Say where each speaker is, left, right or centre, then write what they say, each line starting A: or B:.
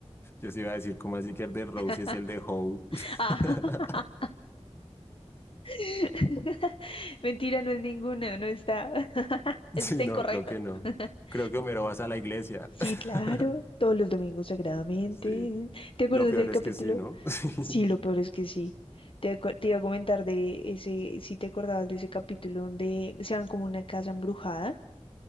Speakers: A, on the left; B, on the left.
A: yo sí iba a decir, ¿cómo así que el de Row
B: <laughs>
A: si es el de Howe? <laughs>
B: Ah, <laughs> Mentira, no es ninguna, no está. <laughs>
A: Sí,
B: Eso está
A: no,
B: incorrecto.
A: creo que no.
B: <laughs>
A: Creo que Homero vas a la iglesia.
B: Sí,
A: <laughs>
B: claro, todos los domingos sagradamente.
A: Sí.
B: ¿Te acuerdas
A: Lo peor
B: del capítulo?
A: es que sí, ¿no? <laughs>
B: Sí, lo peor es que sí. Te, acu- te iba a comentar de ese, si te acordabas de ese capítulo donde se van como a una casa embrujada